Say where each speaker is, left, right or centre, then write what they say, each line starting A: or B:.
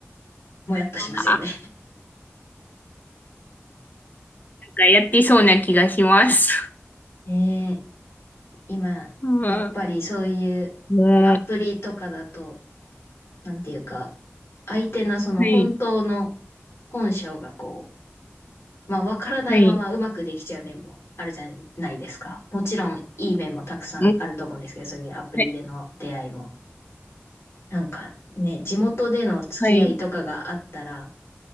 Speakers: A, on the left; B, on the left.
A: もやっとしますよね。
B: ー、なんかやってそうな気がします。
A: <laughs> ねえ、今、
B: うん。
A: やっぱりそういう
B: も
A: アプリとかだと、なんていうか、相手のその本当の
B: う、はい、
A: 本性がこう、まあ、わからないままうまくできちゃう面もあるじゃないですか。
B: はい、
A: もちろん、いい面もたくさんあると思うんですけど、
B: うん
A: そういうアプリでの出会いも。
B: はい、
A: なんか、ね、地元での付き合いとかがあったら、
B: はい、